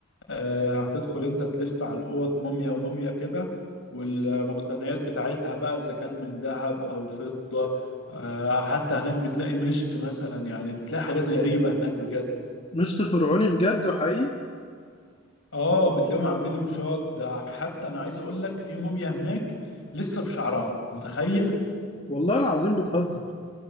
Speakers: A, on the left; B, on the left.
A: آه، هتدخل انت تلف على الاوض موميا وموميا كده والمقتنيات بتاعتها بقى اذا كان من ذهب او فضة آه، حتى هناك بتلاقي مشط مثلا يعني بتلاقي حاجات غريبة هناك بجد
B: مش فرعوني بجد وحقيقي
A: اه بتلاقيهم عاملين مشاط ده حتى انا عايز اقول لك في موميا هناك لسه بشعرها متخيل
B: والله العظيم بتهزر